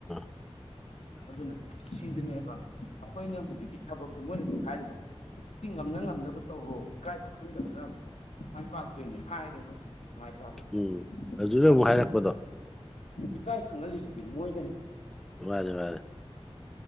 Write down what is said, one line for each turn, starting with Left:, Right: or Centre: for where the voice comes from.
Centre: <inaudible>
Left: ꯑꯗꯨꯅ ꯁꯤꯗꯨꯅꯦꯕ ꯑꯩꯈꯣꯏꯅ ꯍꯧꯖꯤꯛꯀꯤ ꯊꯕꯛꯁꯦ ꯃꯣꯏꯅꯁꯨ ꯍꯥꯏꯔꯤꯕ ꯏꯛꯇꯤ ꯉꯝꯅ ꯉꯝꯗꯅꯕ ꯇꯧꯔꯣ ꯏꯀꯥꯏꯕ ꯈꯪꯗꯕꯅ ꯃꯥꯏ ꯄꯥꯛꯇꯣꯏꯅꯦ ꯍꯥꯏꯔꯦꯕ ꯍꯧꯖꯤꯛ ꯁꯤ ꯃꯥꯏ ꯄꯥꯛꯁꯤ
Centre: ꯎꯝ ꯍꯧꯖꯤꯛꯅ
Left: ꯑꯗꯨꯕꯨ
Centre: ꯑꯃꯨꯛ ꯍꯥꯏꯔꯛꯄꯗꯣ
Left: ꯏꯀꯥꯏ ꯈꯪꯍꯜꯂꯤꯁꯤꯗꯤ ꯃꯣꯏꯅꯅꯦ ꯈ
Centre: ꯃꯥꯅꯦ ꯃꯥꯅꯦ